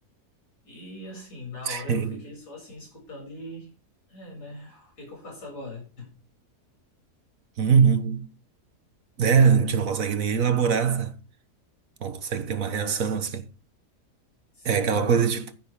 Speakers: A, on the left; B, on the right.
A: E assim, na
B: <laughs>
A: hora eu fiquei só assim escutando e é, né? O que que eu faço agora?
B: Uhum. É, a gente não consegue nem elaborar, sabe? Não consegue ter uma reação, assim.
A: Sim.
B: É aquela coisa, tipo,